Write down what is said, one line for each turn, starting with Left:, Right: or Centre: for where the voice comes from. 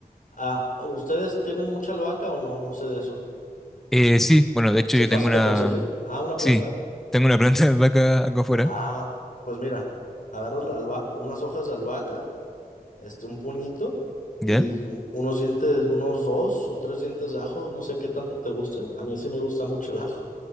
Left: Ah, ¿ustedes tienen mucha albahaca o no? No sé de eso.
Centre: Eh, sí, bueno, de hecho
Left: Si
Centre: yo
Left: es fácil
Centre: tengo una...
Left: de conseguir. Ah, una
Centre: Sí,
Left: planta.
Centre: tengo una planta de vaca acá afuera.
Left: Ah, pues mira, agarras la alba- unas hojas de albahaca, este, un puñito
Centre: ¿Ya?
Left: y u- unos dientes, unos dos o tres dientes de ajo, no sé qué tanto te guste. A mí sí me gusta mucho el ajo.